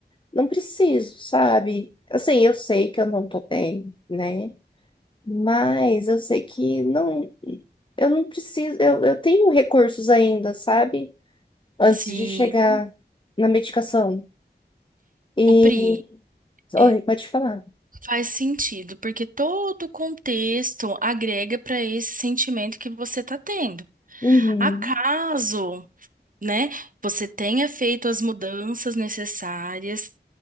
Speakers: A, on the left; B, on the right.
A: não preciso, sabe? Assim, eu sei que eu não tô bem, né? Mas eu sei que não. Eu não preciso, eu, eu tenho recursos ainda, sabe? Antes
B: Sim.
A: de chegar na medicação. E.
B: Ô, Pri, é,
A: Oi, pode falar.
B: Faz sentido, porque todo o contexto agrega para esse sentimento que você está tendo.
A: Uhum,
B: Acaso, né, você tenha feito as mudanças necessárias,